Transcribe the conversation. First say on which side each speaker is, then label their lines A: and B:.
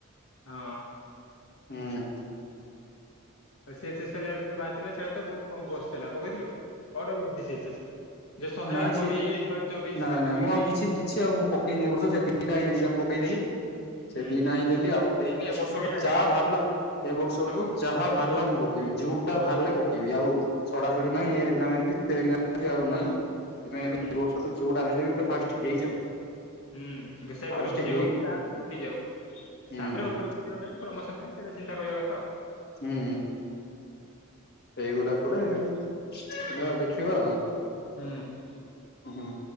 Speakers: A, on the left; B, on the left.
A: ହଁ।
B: ହୁଁ।
A: ଏସିଏସି ସରିଲା ଏବେ ଯୋଉ ବାହାରି ଥିଲା ସେଟା ତ ବହୁତ କମ ପୋଷ୍ ଥିଲା ପକେଇଥିଲୁ? <unintelligible> ଯେ ଶହେ
B: ନାଇଁ ସିଏ
A: କୋଡିଏ ଶହେ ଚବିଶ
B: ନାଇଁ
A: ପାଖାପାଖି
B: ନାଇଁ ମୁଁ ଆଉ
A: ଥିଲା‌।
B: କିଛି କିଛି ଆଉ ମୁଁ ପକେଇନି ଏ ବର୍ଷ ସେ ଦିଟା ହିଁ ଏକ୍ଜାମ୍ ପକେଇଥିଲି। ସେ
A: ହୁଁ।
B: ଦିଟା ହିଁ ଦେଲି ଆଉ ଦେଇନି, ଏ ବର୍ଷ
A: ସିଝେଇଲା
B: ଠୁ
A: ନାଇଁ
B: ଯା ବାହାରିଲା ଏ ବର୍ଷଠୁ
A: ସବୁ ପକେଇ
B: ଯାହା ବାହାରିଲା ମୁଁ ପକେଇବି, ଯୋଉ ଯାହା ବାହାରିଲେ ପକେଇବି ଆଉ ଛଡ଼ା ଛୁଡି ନାହଁ। ଏ ଏକ୍ଜାମ୍ ଏମିତି ସେ ଏକ୍ଜାମ୍ ସେମିତି ଆଉ ନାହଁ। ସେଥିପାଇଁ ଏବେ
A: ହୁଁ
B: ଏ ବର୍ଷ ତ ଯୋଉଟା ହେଲେ ବି ଗୋଟେ ଫାଷ୍ଟ ହେଇଯାଉ।
A: ହୁଁ, ବି ସେ
B: ଫାଷ୍ଟ
A: ଗ୍ରୁପ୍ ସି
B: ହେଇ
A: ହଉ କିି ଯାହା ହଉ ହେଇଯାଉ,
B: ହୁଁ
A: ତାପରେ
B: ହୁଁ
A: ଉପରକୁ ଯିବ ପାଇଁ ପ୍ରମୋସନ୍ ପାଇଁ ସେଟା ଚିନ୍ତା କରିବା କଥା ଆଉ।
B: ହୁଁ, ହେଇଗଲା ପରେ ଯାହା ଦେଖିବା ଆଉ।
A: ହୁଁ।
B: ହୁଁ,